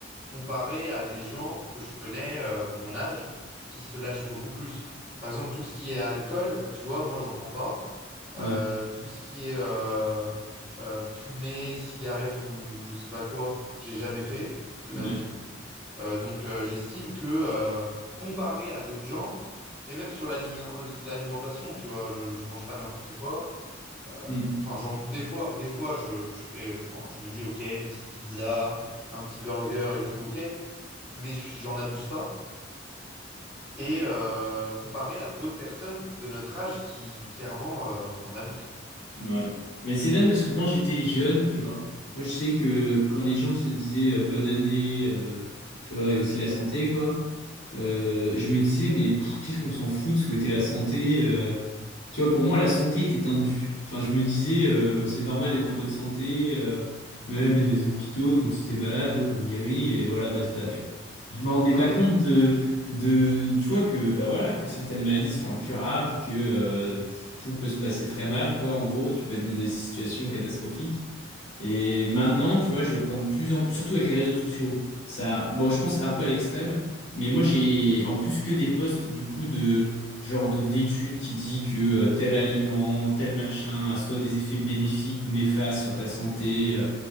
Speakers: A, in the centre; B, on the left (about 75°).
A: comparé à des gens que je connais euh, de mon âge qui se lâchent beaucoup plus. Par exemple, tout ce qui est alcool, tu vois, moi, j'en prends pas.
B: ouais,
A: Euh, tout ce qui est euh, euh, fumée, cigarette ou je sais pas quoi, j'ai jamais fait de
B: ouais.
A: ma
B: ouais.
A: vie. Euh, donc, euh, j'estime que euh, comparé à d'autres gens, et même sur l'alimi- l'alimentation, tu vois, je, je mange pas n'importe quoi. Euh,
B: Hmm.
A: Enfin, j'en- des fois, des fois, je, je fais, enfin, je me dis, ok, une petite pizza, un petit burger et tout, ok, mais je- j'en abuse pas. Et euh, comparé à d'autres personnes de notre âge qui clairement euh, en abusent.
B: Ouais. Mais c'est dingue parce que quand j'étais jeune, tu vois, moi je sais que quand les gens se disaient euh, bonne année, euh, tu vois, et aussi la santé, quoi, euh,
A: Hum,
B: je me disais, mais pff, qu'est-ce qu'on s'en fout de souhaiter la santé? euh, tu vois, pour moi, la santé était un dû. Enfin, je me disais, euh, bah, c'est normal d'être en bonne santé. euh, même, il y a des hôpitaux,
A: hum.
B: donc si t'es malade, hop, on te guérit, et voilà, basta, tu vois. Je me rendais
A: Ok.
B: pas compte de, de, tu vois, que, bah voilà, que certaines maladies sont incurables, que euh, tout peut se passer très mal, quoi, en gros. Tu peux être dans des situations catastrophiques. Et maintenant, tu vois, je le prends de plus en plus, surtout avec les réseaux sociaux. Ça, bon, je pense un peu à l'extrême, mais moi j'ai en plus que des posts du coup de genre de d'études qui dit que euh, tel aliment, tel machin a soit des effets bénéfiques ou néfastes sur ta santé, euh,